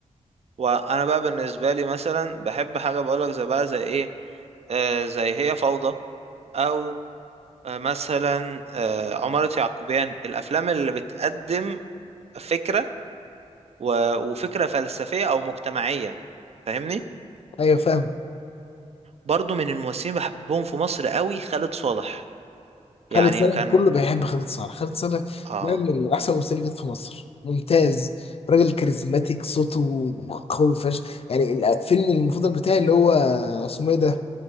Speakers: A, on the right; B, on the left.
A: وانا بقى بالنسبه لي مثلا بحب حاجه بقولك زي بقى زي ايه آه زي هي فوضى او آه مثلا آه عمارة يعقوبيان الافلام اللي بتقدم فكره و- وفكره فلسفيه او مجتمعيه فاهمني
B: ايوه فاهمه
A: برضو من الممثلين بحبهم في مصر قوي خالد صالح يعني
B: خالد صالح
A: كان
B: كله بيحب خالد صالح خالد صالح
A: اه
B: ده من من احسن الممثلين اللي جت في مصر ممتاز راجل كاريزماتيك صوته قوي فشخ يعني الفيلم المفضل بتاعي اللي هو اسمه ايه ده